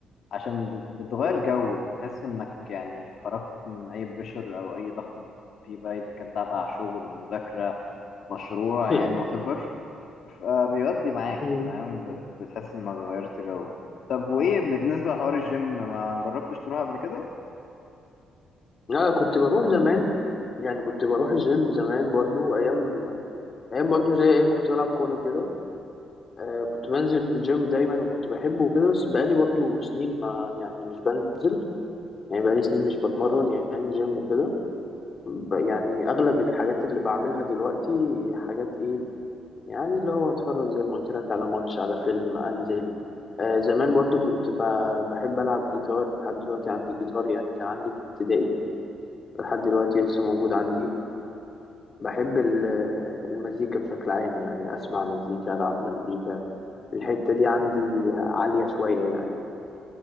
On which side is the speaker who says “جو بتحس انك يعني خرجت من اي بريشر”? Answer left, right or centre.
Left